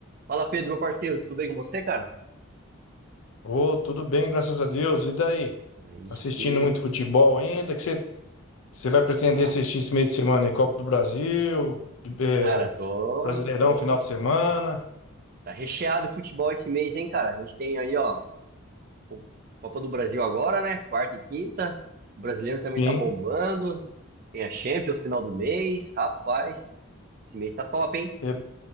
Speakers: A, on the right; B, on the left.
A: Fala, Pedro, meu parceiro, tudo bem com você, cara?
B: Ô, tudo bem, graças a Deus. E daí?
A: Aí
B: Tá
A: sim.
B: assistindo muito futebol ainda? Que você você vai pretender
A: Ah,
B: assistir esse meio de semana aí? Copa do Brasil, eh,
A: cara, tô,
B: Brasileirão,
A: tô.
B: final de semana?
A: Tá recheado o futebol esse mês, hein, cara? A gente tem aí, ó, o Copa do Brasil agora, né? Quarta e quinta. O brasileiro também
B: Sim,
A: tá bombando. Tem a Champions final do mês. Rapaz, esse mês tá top, hein?
B: é,